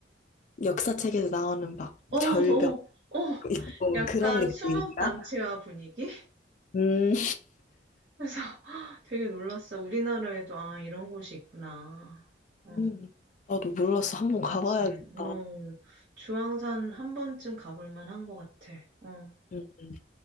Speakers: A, on the left (about 40°); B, on the right (about 45°).
A: 역사책에서 나오는 막
B: 어, 어,
A: 절벽
B: 어,
A: 있고
B: 약간
A: 막 그런 느낌인가?
B: 수묵 담채화 분위기?
A: 음,
B: 그래서 <laughs> 되게 놀랐어. 우리나라에도 아 이런 곳이 있구나. 어,
A: 음, 나도 몰랐어. 한
B: 그렇지.
A: 번 가봐야겠다.
B: 어, 주황산 한 번쯤 가볼 만한 것 같아. 어,
A: 음, 음.